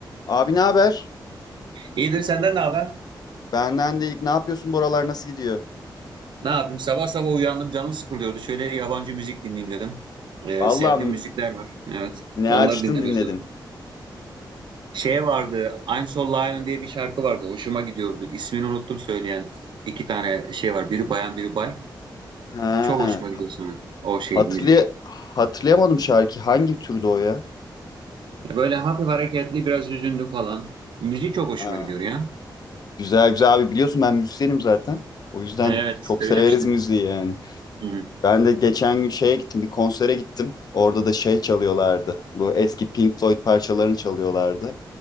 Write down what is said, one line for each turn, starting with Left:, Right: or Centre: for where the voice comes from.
Left: Abi ne haber?
Right: İyidir senden ne haber?
Left: Benden de ne yapıyorsun buralar nasıl gidiyor?
Right: Ne yapayım? Sabah sabah uyandım canım sıkılıyordu. Şöyle yabancı müzik dinleyeyim dedim. Ee,
Left: Allah'ım
Right: sevdiğim müzikler var. Evet.
Left: ne
Right: Onları
Left: açtın
Right: dinlemeye
Left: dinledin.
Right: çalıştım. Şey vardı. I'm So Lion diye bir şarkı vardı. Hoşuma gidiyordu. İsmini unuttum söyleyen iki tane şey var. Biri bayan biri bay.
Left: Ha,
Right: Çok hoşuma gidiyor sonra o şey
Left: hatırlay
Right: müzik.
Left: hatırlayamadım şarkı hangi türde o ya?
Right: E, Böyle hafif hareketli biraz hüzünlü falan. Müziği çok hoşuma
Left: Ha,
Right: gidiyor ya.
Left: güzel güzel abi biliyorsun ben müzisyenim zaten. O yüzden
Right: Evet
Left: çok
Right: söylemiştin.
Left: severiz müziği yani.
Right: Hı.
Left: Ben de geçen gün şeye gittim bir konsere gittim. Orada da şey çalıyorlardı. Bu eski Pink Floyd parçalarını çalıyorlardı.